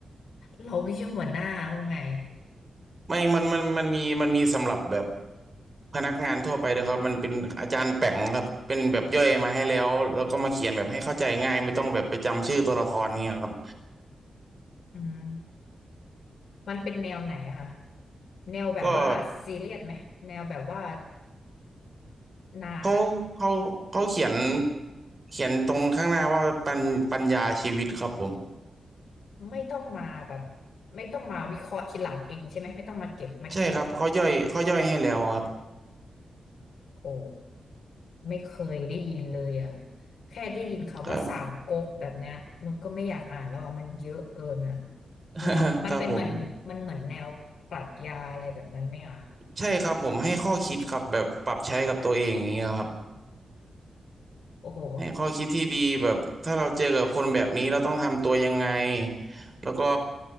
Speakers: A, on the left (about 80°); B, on the right (about 25°).
A: เราไม่ใช่หัวหน้าเขาไง
B: ไม่มันมันมันมีมันมีสำหรับแบบพนักงานทั่วไปด้วยครับมันเป็นอาจารย์แป๋งครับเป็นแบบย่อยมาให้แล้วแล้วก็มาเขียนแบบให้เข้าใจง่ายไม่ต้องแบบไปจำชื่อตัวละครเงี้ยครับ
A: อืม มันเป็นแนวไหนอะคะแนวแบบว่าซีเรียสไหมแนวแบบว่า
B: ก็
A: นานคือ
B: เขาเขาเขาเขียนเขียนตรงข้างหน้าว่าปัญปัญญาชีวิตครับผม
A: ไม่ต้องมาแบบไม่ต้องมาวิเคราะห์ทีหลังเองใช่ไหมไม่ต้องมาเก็บมาคิด
B: ใช่ครับเขาย่อยเขาย่อยให้แล้วครับ
A: โอ้ไม่เคยได้ยินเลยอะแค่ได้ยินคำว่าสามก๊กแบบเนี้ยนุชก็ไม่อยากอ่านแล้วอะมันเยอะเกินอะ
B: ครับ <laughs>
A: แนวมันเป็นเหมือนมันเหมือนแนวปรัชญาอะไรแบบนั้นไหมอะ
B: ครับผมใช่ครับผมให้ข้อคิดครับแบบปรับใช้กับตัวเองอย่างเงี้ยครับ
A: โอ้โห
B: ให้ข้อคิดที่ดีแบบถ้าเราเจอกับคนแบบนี้เราต้องทำตัวยังไงแล้วก็